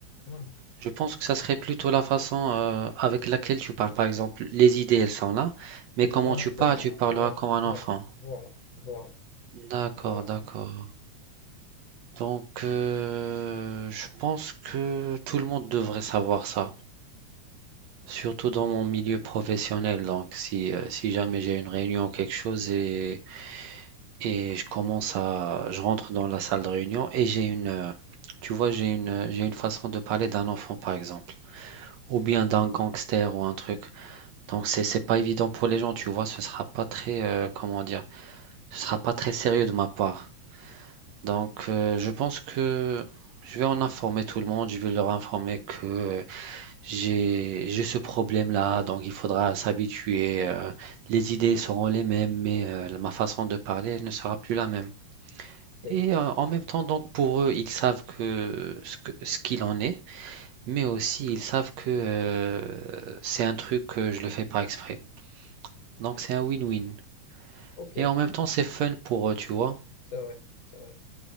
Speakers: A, on the left; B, on the right.
A: ouais.
B: Je pense que ça serait plutôt la façon euh, avec laquelle tu parles. Par exemple, les idées, elles sont là, mais
A: Exactement.
B: comment tu parles, tu parleras
A: Ouais,
B: comme un
A: voilà,
B: enfant.
A: voilà, voilà,
B: D'accord,
A: voilà.
B: d'accord. Donc, euh, je pense que tout le monde devrait savoir ça, surtout dans mon milieu professionnel. Donc, si, euh, si jamais j'ai une réunion ou quelque chose et, et je commence à, je rentre dans la salle de réunion et j'ai une, euh, tu vois, j'ai une, j'ai une façon de parler d'un enfant, par exemple, ou bien d'un gangster ou un truc. Donc c'est c'est pas évident pour les gens, tu vois, ce sera pas très euh, comment dire, ce sera pas très sérieux de ma part. Donc euh, je pense que je vais en informer tout le monde, je vais leur informer que euh, j'ai j'ai ce problème-là, donc il faudra s'habituer. euh, les idées seront les mêmes, mais euh, ma façon de parler elle ne sera plus la même.
A: Ok,
B: Et euh, en même temps, donc pour eux, ils savent que ce que- ce qu'il en est, mais aussi ils savent que euh, c'est un truc que je le fais pas exprès. Donc c'est un win-win.
A: ok,
B: Et en même temps, c'est fun pour eux, tu vois?
A: c'est vrai, c'est vrai.